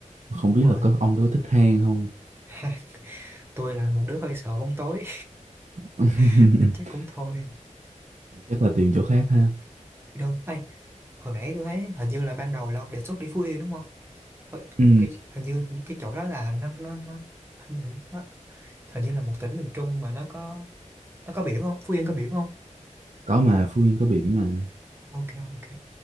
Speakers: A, on the right; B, on the right.
A: không
B: đúng
A: biết
B: rồi
A: là có ông có thích hang không
B: <laughs> tôi là một đứa hơi sợ bóng tối
A: <laughs>
B: <laughs> nên chắc cũng thôi
A: chắc là tìm chỗ khác ha
B: Đi đâu Ê, hồi nãy tôi thấy hình như là ban đầu là ông đề xuất đi Phú Yên đúng không Hồi-
A: ừ
B: cái hình như những cái chỗ đó là nó nó nó hình như, nó hình như là một tỉnh miền Trung mà nó có nó có biển không Phú Yên có biển không
A: có mà Phú Yên có biển mà
B: ok ok